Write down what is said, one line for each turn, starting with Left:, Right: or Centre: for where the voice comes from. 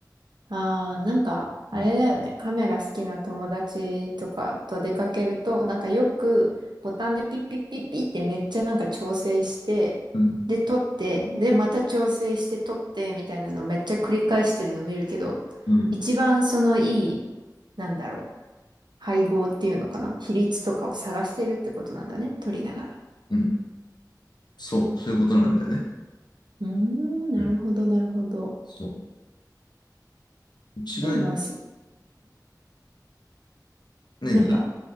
Right: ああ、なんか、あれだよね。
Left: うん、
Right: カメラ好きな友達とかと出かけると、なんかよくボタンでピッピッピッピッってめっちゃなんか調整して、
Left: うん、
Right: で、撮って、で、また調整して撮って、みたいなのめっちゃ繰り返してるの見るけど、
Left: うん、
Right: 一番そのいい、なんだろう、配合っていうのかな。比率とかを探してるってことなんだね。撮りながら。
Left: うんそう、そういうことなんだよね。
Right: うーん、なるほど、
Left: うん
Right: なるほど。
Left: そう。うちが
Right: でも、すん
Left: 何
Right: なんか、